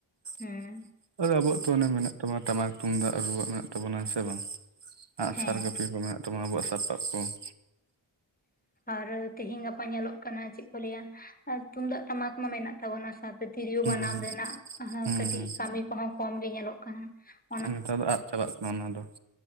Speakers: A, on the left; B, on the right.
A: ᱦᱩᱸ
B: ᱾ ᱟᱫᱚ ᱟᱵᱚᱣᱟᱜ ᱛᱚ ᱚᱱᱮ ᱢᱮᱱᱟᱜ ᱛᱟᱵᱚᱱᱟ, ᱴᱟᱢᱟᱠ ᱛᱩᱢᱫᱟᱜ ᱨᱩᱣᱟᱜ ᱢᱮᱱᱟᱜ ᱛᱟᱵᱚᱱᱟ ᱾ ᱥᱮ ᱵᱟᱝ? ᱟᱸᱜ
A: ᱦᱮᱸ
B: ᱥᱟᱨ ᱠᱟᱹᱯᱤ ᱠᱚ ᱢᱮᱱᱟᱜ ᱛᱟᱵᱚᱱᱟ ᱟᱵᱚᱣᱟᱜ ᱥᱟᱯᱟᱵ ᱠᱚ ᱾
A: ᱟᱨ ᱛᱮᱦᱮᱧ ᱜᱟᱯᱟ ᱧᱮᱞᱚᱜ ᱠᱟᱱᱟ, ᱪᱮᱫ ᱠᱚ ᱞᱟᱹᱭᱟ? ᱛᱩᱢᱫᱟᱜ ᱴᱟᱢᱟᱠ ᱢᱟ ᱢᱮᱱᱟᱜ ᱛᱟᱵᱚᱱᱟ ᱥᱟ ᱛᱤᱨᱤᱭᱳ
B: ᱦᱩᱸ
A: ᱵᱟᱱᱟᱢ
B: ᱦᱩᱸ
A: ᱨᱮᱱᱟᱜ
B: ᱦᱩᱸ
A: ᱠᱟᱹᱴᱤᱡ ᱠᱟᱹᱢᱤ ᱠᱚᱦᱚᱸ ᱠᱚᱢ ᱜᱮ ᱧᱮᱞᱚᱜ ᱠᱟᱱᱟ ᱾
B: ᱱᱮᱛᱟᱨ ᱫᱚ ᱟᱫ ᱪᱟᱵᱟᱜ ᱠᱟᱱᱟ ᱚᱱᱟ ᱫᱚ ᱾